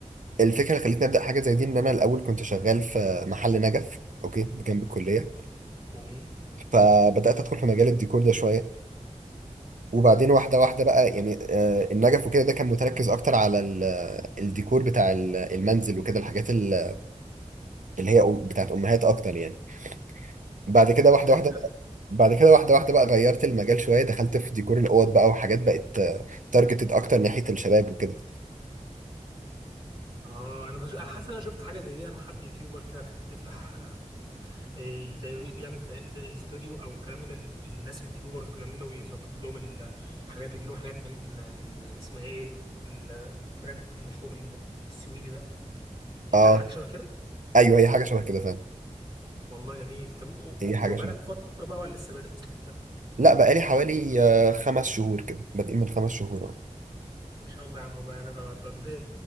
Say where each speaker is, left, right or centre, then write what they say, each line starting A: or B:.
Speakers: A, on the right; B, on the right.
A: الفكره اللي خلتني ابدا حاجه زي دي ان انا الاول كنت شغال في محل نجف اوكي جنب الكليه
B: جميل
A: فبدات ادخل في مجال الديكور ده شويه وبعدين واحده واحده بقى يعني آه، النجف وكده ده كان متركز اكتر على ال- الديكور بتاع ال- المنزل وكده الحاجات ال- اللي هي أم- بتاعت امهات اكتر يعني بعد كده واحده
B: فانت
A: واحده بقى- بعد كده واحده واحده بقى غيرت المجال شويه دخلت في ديكور الاوض بقى وحاجات بقت تارجتد اكتر ناحيه الشباب وكده
B: اه انا بش... حاسس ان انا شفت حاجه زي دي انا حد يوتيوبر كده كان بيفتح إيه زي بيعمل زي زي استوديو او كلام من ال- الناس اليوتيوبرز وكلام من ده ويظبط لهم الحاجات ويجي لهم حاجات من من اسمها ايه البراند المشهور ال- السويدي ده انت
A: اه
B: حاجه شبه كده
A: ايوه هي حاجه شبه كده فعلا
B: والله جميل طب و- و-
A: هي حاجه
B: وبقالك
A: شبه
B: فتره بقى ولا لسه بادئ اصلا فيها
A: لا بقالي حوالي آه، خمس شهور كده بادئين من خمس شهور اهو.
B: ما شاء الله يا عم والله انا ب- بتبهر